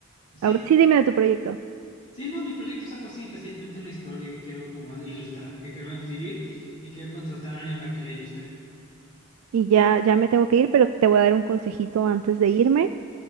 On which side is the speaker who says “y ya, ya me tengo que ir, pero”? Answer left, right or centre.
Right